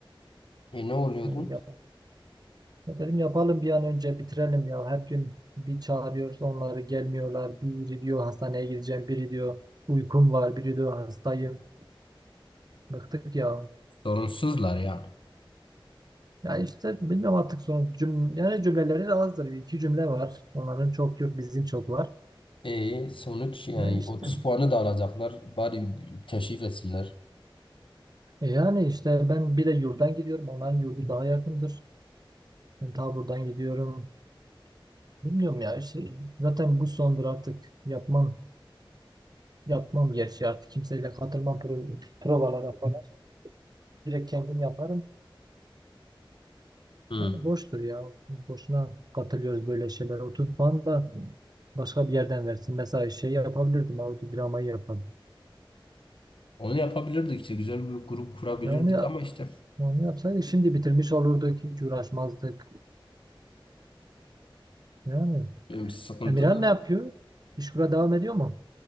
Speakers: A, on the left; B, on the right.
A: e, ne oluyordu?
B: Dedim, yap dedim yapalım bir an önce bitirelim ya. Her gün bir çağırıyoruz onları gelmiyorlar. Biri diyor hastaneye gideceğim. Biri diyor uykum var. Biri diyor hastayım. Bıktık ya.
A: Sorunsuzlar ya.
B: Ya işte bilmiyorum artık son cüm yani cümleleri de azdır. Bir iki cümle var. Onların çok yok bizim çok var.
A: E sonuç yani
B: Ya işte
A: 30 puanı da alacaklar. Bari teşrif etsinler.
B: e yani işte ben bir de yurdan gidiyorum. Onların yurdu daha yakındır. Ben ta buradan gidiyorum. Bilmiyorum ya. işte zaten bu sondur artık yapmam. Yapmam gerçi artık kimseyle katılmam pro- provalara falan. Direkt kendim yaparım.
A: Hı.
B: Yani boştur ya. Boşuna katılıyoruz böyle şeylere. 30 puan da başka bir yerden versin. Mesela şey yapabilirdim. Audio yapardım.
A: Onu yapabilirdik işte güzel bir grup kurabilirdik
B: Ya onu, ya-
A: ama işte
B: onu yapsaydık şimdi bitirmiş olurduk. Hiç uğraşmazdık. Yani
A: e, sıkıntılı.
B: Emirhan ne yapıyor? İşkura devam ediyor mu?